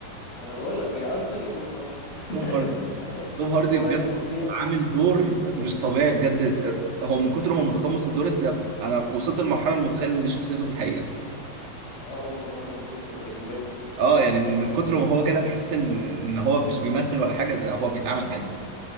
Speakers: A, on the left; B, on the right.
A: انا بقول لك يا ارثر يا توم هاردي
B: توم هاردي
A: <laughs>
B: توم هاردي
A: توم هاردي
B: بجد
A: فظيع
B: عامل دور مش طبيعي بجد هو من كتر ما متقمص الدور انت انا وصلت لمرحله متخيل ان دي شخصيته في الحقيقه
A: اه هو هو مجنون سايكوباتي
B: اه يعني من من كتر ما هو كده انا حسيت ان ان هو مش بيمثل ولا حاجه ده هو بيتعامل عادي